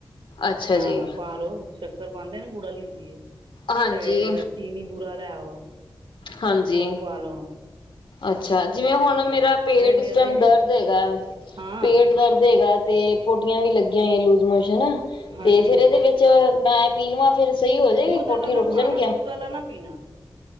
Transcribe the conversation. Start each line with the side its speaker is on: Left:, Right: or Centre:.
Left: ਅੱਛਾ
Right: ਹਾਂ,
Left: ਜੀ
Right: ਪਾਲ ਲੋ ਸ਼ਕ ਕਰ ਪਾਂਦੇ ਨੇ ਗੂੜ ਆਲੀ ਹੁੰਦੀ ਏ,
Left: ਹਾਂਜੀ
Right: ਚਾਹੇ ਚੀਨੀ ਬੁਰਾ ਲੈ ਆਓ।
Left: ਹਾਂਜੀ
Right: ਔ ਪਾ ਲੋ
Left: ਅੱਛਾ, ਜਿਵੇਂ ਹੁਣ ਮੇਰਾ ਪੇਟ
Right: ਨੇ
Left: ਇਸ
Right: ਇਹਦੇ
Left: ਟਾਈਮ ਦਰਦ ਹੈਗਾ
Right: ਹਾਂ
Left: ਪੇਟ ਦਰਦ ਹੇਗਾ ਤੇ ਪੋਟੀਆਂ ਵੀ ਲੱਗੀਆਂ ਹੋਇਆ ਲੂਜਮੋਸ਼ ਹੇਨਾ,
Right: ਹਾਂਜੀ
Left: ਤੇ ਫੇਰ ਇਹਦੇ ਵਿੱਚ ਮੈਂ ਪੀਵਾਂ ਫੇਰ ਸਹੀ ਹੋ ਜੇਗੀ
Right: ਦੁੱਧ ਆਲਾ
Left: ਪੋਟੀਆਂ
Right: ਨਾ
Left: ਰੁਕ
Right: ਪਾਉਣਾ
Left: ਜਾਨਗੀਆਂ?
Right: ਦੁੱਧ ਆਲਾ ਨਾ ਪੀਣਾ,